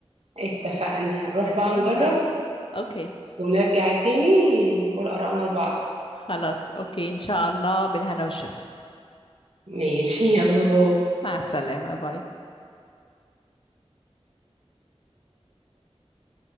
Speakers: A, on the right; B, on the left.
A: اتفقنا نروح
B: ده لازم
A: بقى نجرب
B: اجربه اوكي
A: ونرجع تاني نقول آرائنا لبعض
B: خلاص اوكي ان شاء الله بالهنا والشفا
A: ماشي يلا باي
B: مع السلامة باي